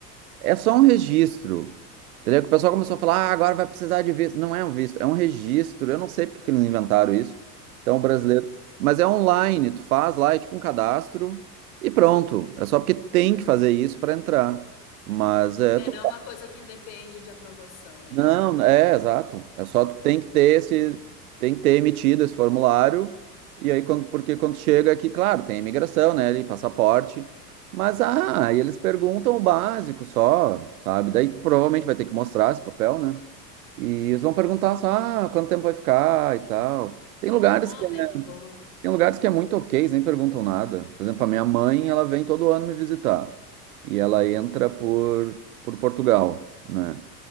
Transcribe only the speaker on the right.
É só um registro. Entendeu? Que o pessoal começou a falar, ah, agora vai precisar de visto. Não é um visto, é um registro. Eu não sei porque que eles inventaram isso. Então, o brasileiro. Mas é online, tu faz lá, é tipo um cadastro e pronto. É só porque tem que fazer isso para entrar. Mas é,
tu
não,
é, exato. É só tu tem que ter esse, tem que ter emitido esse formulário, e aí quando, porque quando chega aqui, claro, tem imigração, né, ali, passaporte, mas ah, aí eles perguntam o básico só, sabe? Daí tu provavelmente vai ter que mostrar esse papel, né? E eles vão perguntar só, ah, quanto tempo vai ficar e tal. Tem lugares
que
é,
tem lugares que é muito ok, eles nem perguntam nada. Por exemplo, a minha mãe, ela vem todo ano me visitar, e ela entra por, por Portugal, né?